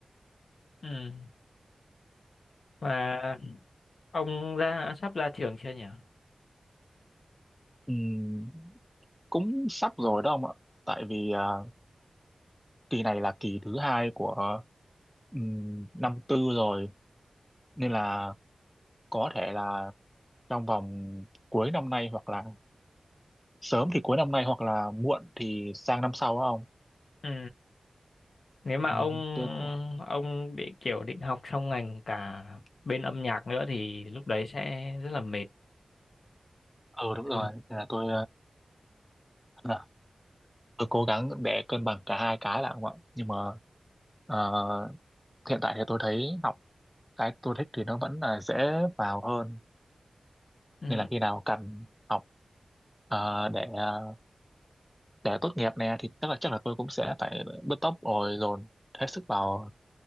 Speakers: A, on the left (about 75°); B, in the centre.
A: ừ. mà ông ra sắp ra trường chưa nhỉ
B: Ừm, cũng sắp rồi đó ông ạ tại vì ờ, kỳ này là kỳ thứ hai của ừm, năm tư rồi nên là có thể là trong vòng cuối năm nay hoặc là sớm thì cuối năm nay hoặc là muộn thì sang năm sau đó ông
A: ừ. nếu mà
B: Ừm,
A: ông
B: tôi cũng
A: ông bị kiểu định học xong ngành cả bên âm nhạc nữa thì lúc đấy sẽ rất là mệt
B: ừ đúng
A: ừ.
B: rồi Nên là tôi ờ, tôi cố gắng để cân bằng cả hai cái là không ạ nhưng mà ờ, hiện tại thì tôi thấy học cái tôi thích thì nó vẫn là dễ vào hơn
A: Ừ.
B: nên là khi nào cần học ờ, để ờ, để tốt nghiệp này thì chắc là chắc là tôi cũng sẽ phải bứt tốc rồi dồn hết sức vào